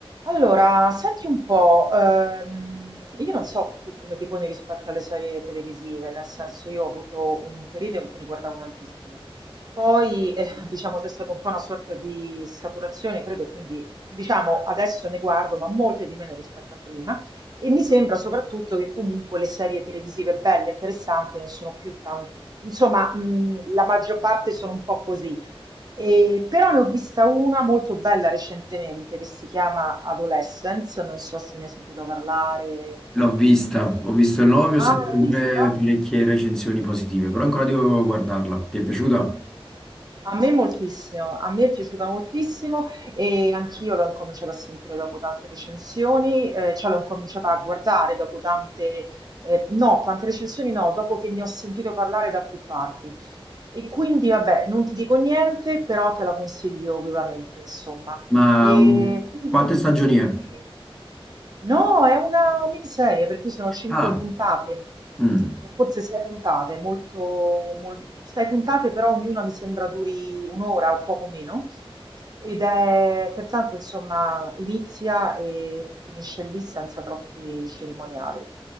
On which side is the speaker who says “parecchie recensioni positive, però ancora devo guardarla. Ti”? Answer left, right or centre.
Centre